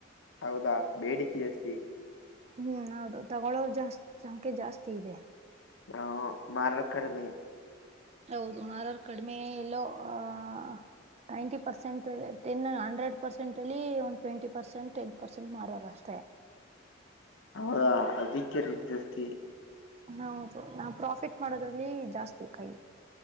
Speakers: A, on the left; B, on the right.
A: ಹೌದಾ ಬೇಡಿಕೆ ಜಾಸ್ತಿ
B: ಹ್ಮ್ ಅೌದು ತಗೊಳೋ ಜಾಸ್ತಿ ಸಂಖ್ಯೆ ಜಾಸ್ತಿ ಇದೆ
A: ಹ ಮಾರೋ ಕಡಿಮೆ
B: ಹೌದು ಮಾರ ಕಡಿಮೆ ಎಲ್ಲೋ ಆಹ
A: ಹ್ಮ್
B: ninety percent ten hundred percent ಅಲ್ಲಿ ಒಂದು ಟ್ವೆಂಟಿ ಪರ್ಸೆಂಟ್ ಟೆನ್ ಪರ್ಸೆಂಟ್ ಮಾರೋಾರ ಅಷ್ಟೇ
A: ಹೌದಾ ಅದಕ್ಕೆ್ಯ ರೀ ಜಸ್ತಿ
B: ಹೌದು ನಾ ಪ್ರಾಫಿಟ್ ಮಾಡೋದ್ರಲ್ಲಿ ಜಾಸ್ತಿ ಕೈ